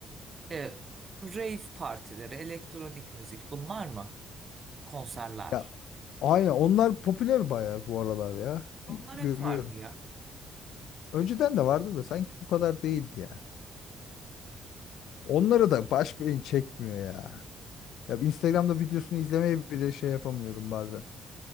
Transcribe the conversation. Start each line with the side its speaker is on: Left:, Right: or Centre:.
Right: E, rave partileri, elektronik müzik bunlar mı? Konserler.
Left: Ya aynen onlar popüler bayağı bu aralar ya.
Right: Onlar
Left: Bir görüyorum.
Right: hep vardı ya.
Left: Önceden de vardı da sanki bu kadar değildi ya. Onları da baş beyin çekmiyor ya. Ya bir Instagram'da videosunu izlemeye bile şey yapamıyorum bazen.